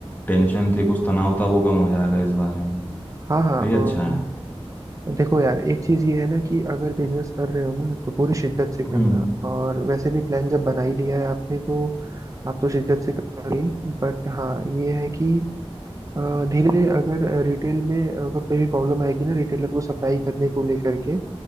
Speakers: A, on the left; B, on the right.
A: टेंशन थी कुछ तनाव था वो कम हो जाएगा इस बारे में
B: हाँ
A: तो
B: हाँ
A: ये
B: और
A: अच्छा है
B: देखो यार एक चीज ये है ना कि अगर बिजनेस कर रहे हो ना तो पूरी शिद्दत से करना
A: हम्म
B: और वैसे भी प्लान जब बना ही लिया है आपने तो आप तो शिद्दत से कर रही बट हाँ ये है कि धीरे धीरे अगर रिटेल में अगर कोई भी प्रॉब्लम आएगी ना रिटेलर को सप्लाई करने को लेकर के